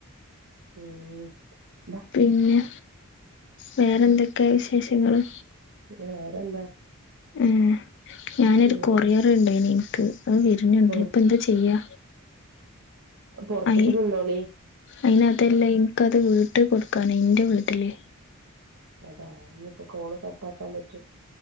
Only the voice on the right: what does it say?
ഉം ബാ
വേറെന്താ
ഉം
ഉം
പൊറത്ത്ക്ക്
നിന്നോളി
അതാ ഇനിയിപ്പോ കോള് കട്ടാക്കാൻ പറ്റു